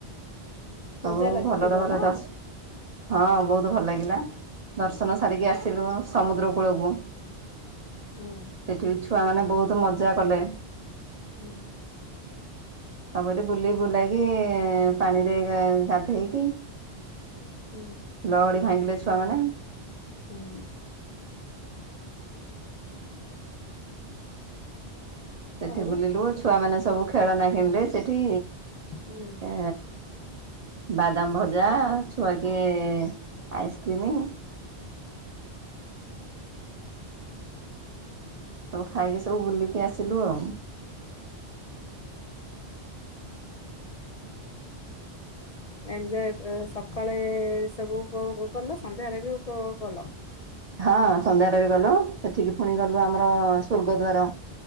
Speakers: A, on the left; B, on the right.
A: ମଜା
B: ସବୁ
A: ଲାଗିଥିବ
B: ଭଲରେ ଭଲ
A: ନା?
B: ଦର୍ଶ ହଁ ବହୁତ ଭଲ ଲାଗିଲା। ଲା ଦର୍ଶନ ସାରିକି ଆସିଲୁ ସମୁଦ୍ର କୂଳକୁ। ସେଠି
A: ହୁଁ
B: ବି ଛୁଆମାନେ ବହୁତ ମଜା କଲେ।
A: ହୁଁ।
B: ସବୁଠି ବୁଲିି ବୁଲାଇକି ପାଣିରେ ଅ ଗାଧେଇକି
A: ହୁଁ
B: ଲହଡି ଭାଙ୍ଗିଲେ ଛୁଆମାନେ।
A: ହୁଁ
B: ସେଠି
A: ଆଉ
B: ବୁଲିଲୁ ଛୁଆ ମାନେ ସବୁ ଖେଳନା କିଣିଲେ ସେଠି
A: ହୁଁ
B: ଏ ବାଦାମ ଭଜା ଛୁଆ କିଏ ଆଇସ୍କ୍ରିମ ତଉ ଖାଇକି ସବୁ ବୁଲିକି ଆସିଲୁ ଆଉ।
A: ଏଞ୍ଜୟ୍ ସକାଳେ ସବୁ ଉପଭୋଗ କଲ ସନ୍ଧ୍ୟାରେ ବି ଉପଭୋଗ କଲ।
B: ହଁ ସନ୍ଧ୍ୟାରେ ବି ଗଲୁ ସେଠିକି ପୁଣି ଗଲୁ ଆମର ସ୍ୱର୍ଗଦ୍ୱାର